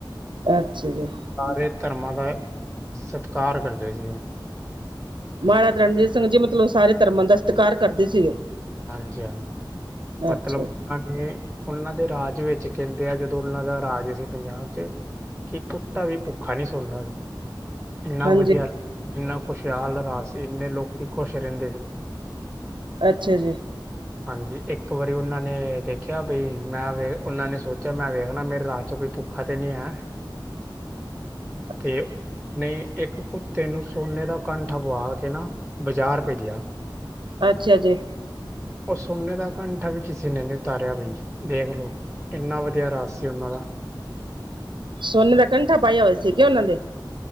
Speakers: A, on the right; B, in the centre.
A: ਅੱਛਾ ਜੀ,
B: ਸਾਰੇ ਧਰਮਾਂ ਦਾ ਸਤਿਕਾਰ ਕਰਦੇ ਸੀ ਉਹ
A: ਮਹਾਰਾਜ ਰਣਜੀਤ ਸਿੰਘ ਜੀ ਮਤਲਬ ਸਾਰੇ ਧਰਮਾਂ ਦਾ ਸਤਿਕਾਰ ਕਰਦੇ ਸੀਗੇ।
B: ਹਾਂਜੀ-ਹਾਂਜੀ, ਮਤਲਬ
A: ਅੱਛਾ
B: ਉਹ ਨੇ ਉਹਨਾਂ ਦੇ ਰਾਜ ਵਿੱਚ ਕਹਿੰਦੇ ਆ, ਜਦੋਂ ਉਹਨਾਂ ਦਾ ਰਾਜ ਸੀ ਪੰਜਾਬ ਚ ਕਿ ਕੁੱਤਾ ਵੀ ਭੁੱਖਾ ਨੀ ਸੁਣਨਾ ਸੀ। ਇੰਨਾ
A: ਹਾਂਜੀ
B: ਵਧੀਆ ਇੰਨਾ ਖੁਸ਼ਹਾਲ ਰਾਜ ਸੀ, ਇੰਨੇ ਲੋਕੀ ਖੁਸ਼ ਰਹਿੰਦੇ ਸੀ।
A: ਅੱਛਾ ਜੀ,
B: ਹਾਂਜੀ, ਇੱਕ ਵਾਰੀ ਉਹਨਾਂ ਨੇ ਦੇਖਿਆ, ਮੈਂ ਵੇ ਉਹਨਾਂ ਨੇ ਸੋਚਿਆ ਮੈਂ ਵੇਖਣਾ ਮੇਰੇ ਰਾਤ ਚ ਕੋਈ ਭੁ ਕਦੇ ਨੇ ਆ
A: <unintelligible>
B: ਤੇ, ਨੇ ਇੱਕ ਕੁੱਤੇ ਨੂੰ ਸੋਨੇ ਦਾ ਕੰਠਾ ਪਿਆ ਕੇ ਨਾ, ਬਾਜ਼ਾਰ ਭੇਜਿਆ।
A: ਅੱਛਾ ਜੀ,
B: ਉਹ ਸੋਨੇ ਦਾ ਕੰਠਾ ਵੀ ਕਿਸੇ ਨੇ ਨੀ ਉਤਾਰਿਆ ਬਈ ਦੇਖ ਲਓ, ਇੰਨਾ ਵਧੀਆ ਰਾਜ ਸੀ ਉਹਨਾਂ ਦਾ।
A: ਸੋਨੇ ਦਾ ਕੰਠਾ ਪਾਇਆ ਹੋਇਆ ਸੀਗੇ, ਉਹਨਾਂ ਦੇ?